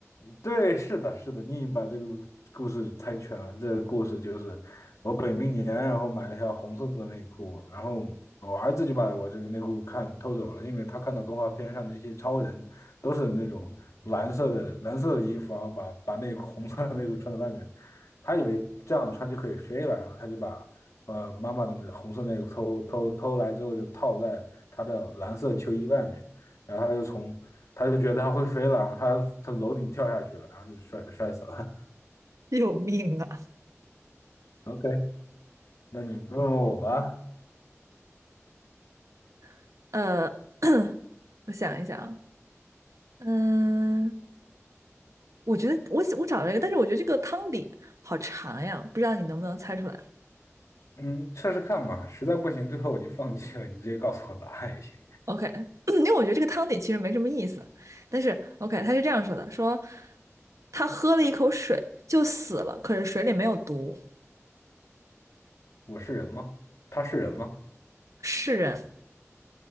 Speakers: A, on the left; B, on the right.
A: 对，是的，是的，你把这个故事猜全了。这个故事就是我本命年，然后买了一条红色的内裤，然后我儿子就把我这个内裤看偷走了，因为他看到动画片上那些超人都是那种蓝色的蓝色的衣服，然后把把那红色的内裤穿在外面，他以为这样穿就可以飞了，然后他就把呃妈妈的红色内裤偷偷偷来之后就套在他的蓝色秋衣外面。然后他就从他就觉得他会飞了，然后他从楼顶跳下去了，然后就摔摔死了。
B: <laughs> 救命啊！
A: <laughs> OK，那你问问我吧，
B: <laughs> 呃，<coughs> <clears throat> 我想一想啊，嗯，我觉得我我找了一个，但是我觉得这个汤底好长呀，不知道你能不能猜出来
A: 嗯，试试看嘛，实在不行，最后我就放弃了，你直接告诉我答案也行。
B: ？OK，<clears throat> 因为我觉得这个汤底其实没什么意思，但是 OK，他是这样说的，说。他喝了一口水就死了，可是水里没有毒，
A: 我是人吗？他是人吗？
B: 是人。